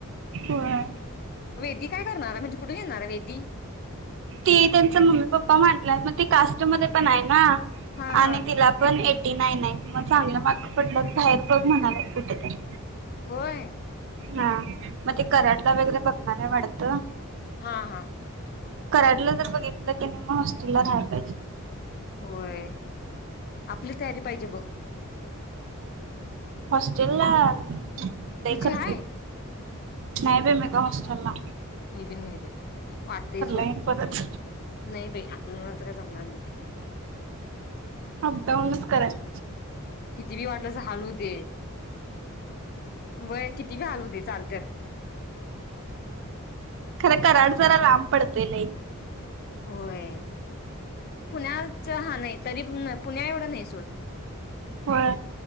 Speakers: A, on the right; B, on the left.
A: हो
B: वेदी काय करणार आहे म्हणजे कुठे येणार वेदी
A: ती त्यांचा मम्मी पप्पा म्हटला मग ती कास्ट मध्ये पण आहे ना
B: हा
A: आणि
B: हा
A: तिला. पण एटी नाईन आहे मग चांगलं मार्क पडलं बाहेर बघ म्हणाला कुठेतरी.
B: होय.
A: हा मग ते कराडला वगैरे बघणार आहे वाढत.
B: हा, हा.
A: कराडला जर बघितलं की मग हॉस्टेलला राहाला पाहिजे.
B: होय आपली तयारी पाहिजे बघ
A: हॉस्टेल ला
B: तू
A: नाही
B: तुझी
A: कर
B: हाय
A: नाही ब मी का होस्टेलला
B: मी बी नाही बा वाटते सोप
A: येईन परत.
B: नाही बाई आपल्या मत काय जमणार नाही.
A: अपडाऊन करायचं.
B: किती बी वाटलं हलू दे वय किती बी हालू दे चालतत.
A: खरं कड जरा लांब पडत लई
B: होय पुण्याच हा नाही तरी पुण्या एवढं नाही सोड
A: होय